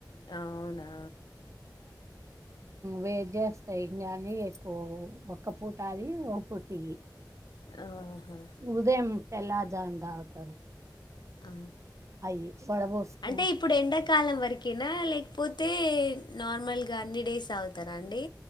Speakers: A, on the left (about 75°); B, on the right (about 40°).
A: అవునా
B: వేడి చేస్తాయి ఇంకానీ ఎక్కువ ఒక్క పూటి ఒక పూటీ
A: ఆహా
B: ఉదయం తెల్లారి దాన్ని తాగుతారు
A: ఆ.
B: అయి వడబోసుకొని
A: అంటే ఇప్పుడు ఎండాకాలం వరకేనా లేకపోతే తే నార్మల్గా అన్ని డేస్ ఆగుతారా అండి